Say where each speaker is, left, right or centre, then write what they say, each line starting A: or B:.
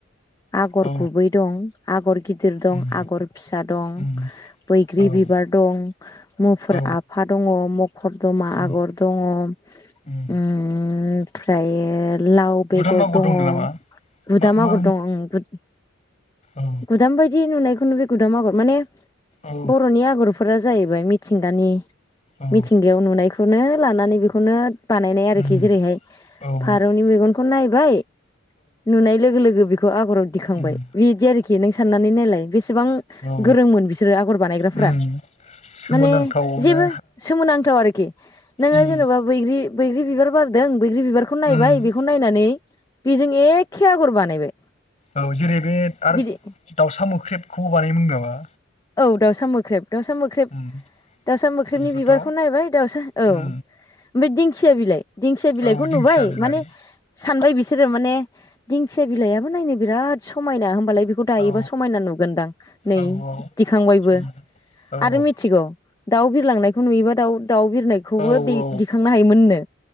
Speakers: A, on the left (about 15°); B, on the left (about 35°).
A: आगर
B: औ
A: गुबै दं, आगर गिदिर दं,
B: उम
A: आगर फिसा दं,
B: उम
A: बैग्रि
B: औ
A: बिबार दं, मुफुर
B: औ
A: आफा दङ, मखर दमा
B: उम
A: आगर दङ ओमफ्रायो
B: उम
A: लाव बेगर
B: गुदाम आगर
A: दङ,
B: दंनो नामा
A: गुदाम
B: मा मा
A: आगर दङ ओं
B: औ
A: गुदाम बायदि नुनायखौ बे गुदाम आगर माने
B: औ
A: बर'नि आगरफोरा जाहैबाय मिथिंगानि
B: औ
A: मिथिंगायाव नुनाय खौनो लानानै बेखौनो बानायनाय आरोखि
B: उम
A: जेरैहाय
B: औ औ
A: फारौनि मेगनखौ नायबाय नुनाय लोगो लोगो बेखौ आगराव दिखांबाय
B: उम
A: बिदि आरोखि नों साननानै नायलाय बेसेबां
B: औ
A: गोरोंमोन बिसोरो आगर बानायग्रा फोरा
B: उम सोमोनांथावना
A: माने जेबो सोमोनांथाव आरोखि नोङो
B: उम
A: जेन'बा बैग्रि बैग्रि बिबार बारदों बैग्रि बिबारखौ नायबाय
B: उम
A: बेखौ नायनानै बेजों एखे आगर बानायबाय
B: औ जेरै बे आर
A: बिदि
B: दाउसा मोख्रेबखौबो बानायोमोन नामा?
A: औ दाउसा मोख्रेब दाउसा मोख्रेब
B: उम
A: दाउसा मोख्रेबनि
B: बेखौथ'
A: बिबारखौ नायबाय दाउसा औ
B: उम
A: ओमफ्राय दिं खिया बिलाइ दिंखया बिलाइखौ
B: औ दिंखिया
A: नुबाय
B: बिलाइ
A: माने सानबाय बिसोरो माने दिंखिया बिलाइाबो नायनो बिराद समायना होमबालाय बेखौ दायोबा
B: औ
A: समायना नुगोनदां नै
B: औ औ
A: दिखांबायबो।
B: उम औ उम
A: आरो मिथिगौ दाउ बिरलांनायखौ नुयोबा दाउ-दाउ बिरनायखौबो
B: औ
A: दै
B: औ
A: दिखांनो हायोमोननो।